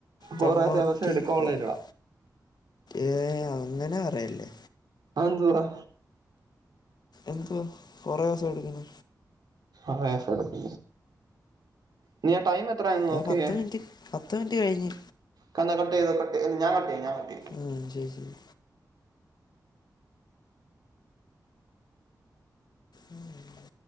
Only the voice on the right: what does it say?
കൊറേ
ദിവസം എടുക്കാനുള്ളല്ലേടാ
ആന്തൂറാ
ആഹ് സടുക്ക നീ ആഹ് ടൈം എത്രായായെന്ന്
നോക്ക്യേ
കന്ന കട്ടൈതോ കട്ടൈതോ ല്ല ഞാ കട്ടയ്യ ഞാകട്ടെയ്യ